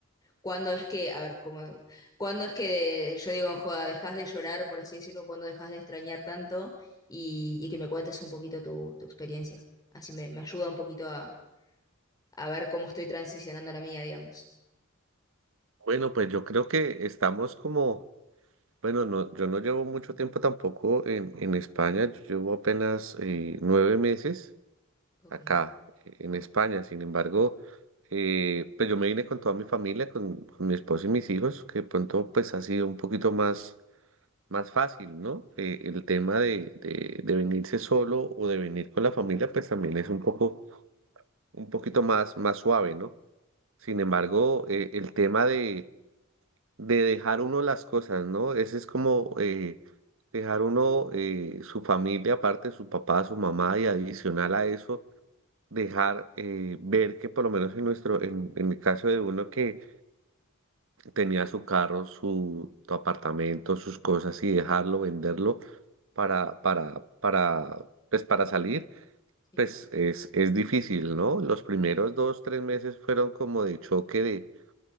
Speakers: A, on the left (about 20°); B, on the right (about 65°).
A: ¿Cuándo es que, a ver, como, cuándo es que yo digo en joda, dejas de llorar, por así decirlo, cuándo dejas de extrañar tanto y, y que me cuentes un poquito tu, tu experiencia? Así me, me ayuda un poquito a, a ver cómo estoy transicionando la mía, digamos.
B: Bueno, pues yo creo que estamos como, bueno, no, yo no llevo mucho tiempo tampoco en, en España, yo llevo apenas eh, nueve meses
A: Ok,
B: acá eh, en España, sin embargo, eh, pues yo me vine con toda mi familia, con, con mi esposo y mis hijos, que de pronto pues ha sido un poquito más, más fácil, ¿no? Eh, el tema de, de, de venirse solo o de venir con la familia pues también es un poco, un poquito más, más suave, ¿no? Sin embargo, eh, el tema de, de dejar uno las cosas, ¿no? Ese es como eh, dejar uno eh, su familia, aparte su papá, su mamá, y adicional a eso, dejar eh, ver que por lo menos en nuestro, en, en el caso de uno que tenía su carro, su, su apartamento, sus cosas, y dejarlo, venderlo para, para, para, pues para salir.
A: sí.
B: Pues es, es difícil, ¿no? Los primeros dos, tres meses fueron como de choque